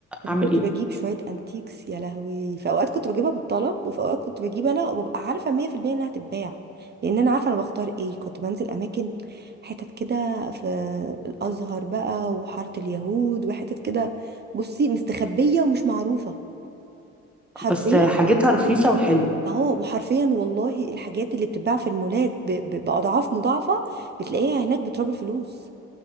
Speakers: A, on the right (about 35°); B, in the centre.
A: انا
B: اعمل
A: كنت
B: ايه
A: بجيب شويه انتيكس يا لهوي في اوقات كنت بجيبها بالطلب وفي اوقات كنت بجيب انا وببقى عارفه 100% انها هتتباع لان انا عارفه انا بختار ايه كنت بنزل اماكن حتت كده في الازهر بقى وحاره اليهود وحتت كده بصي مستخبيه ومش معروفه حرفيا
B: بس حاجتها رخيصه وحلوه
A: اهو وحرفيا والله الحاجات اللي بتتباع في المولات ب- ب- باضعاف مضاعفه بتلاقيها هناك بتراب الفلوس